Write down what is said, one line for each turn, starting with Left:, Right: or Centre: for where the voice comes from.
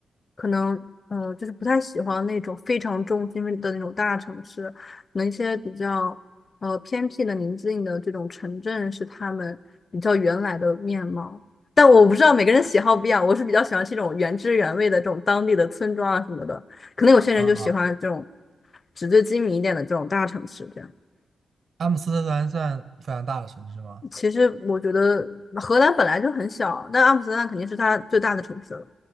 Left: 可能嗯，呃就是不太喜欢那种非常中心的那种大城市，可能一些比较呃偏僻的、宁静的这种城镇是他们比较原来的面貌。但我不知道每个人喜好不一样，我是比较喜欢这种原汁原味的这种当地的村庄啊什么的，可能有些人就喜欢这种
Right: 啊。
Left: 纸醉金迷一点的这种大城市这样。
Right: 阿姆斯特丹算非常大的城市吗？
Left: 其实我觉得荷兰本来就很小，但阿姆斯特丹肯定是它最大的城市了。